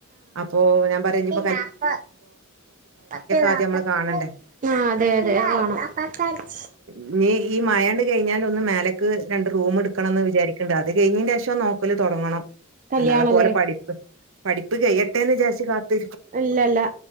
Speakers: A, on the right; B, on the right.
A: അപ്പോ ഞാൻ പറിയാ ഇഞ്ഞ്
B: ആഹ് അതെ
A: ആദ്യം
B: അതെ
A: നമ്മള്
B: അഹ്
A: കാണണ്ടേ
B: വാണം <inaudible>
A: ഇഞ്ഞി ഈ മഴാണ്ട് കഴിഞ്ഞാൽ ഒന്ന് മേലെക്ക് രണ്ട് റൂമ് ഇട്ക്കെണംന്ന് വിചാരി ക്ക്ണ്ട് അത് കഴിഞ്ഞിന്റെഷം നോക്കെല് തൊടങ്ങണം
B: കല്യാണല്ലേ
A: അല്ലാതെ ഇപ്പ ഓലെ പഠിപ്പ് പഠിപ്പ് കയ്യട്ടേന്ന് വിചാരിച്ച് കാത്ത്
B: ഇല്ല ഇല്ല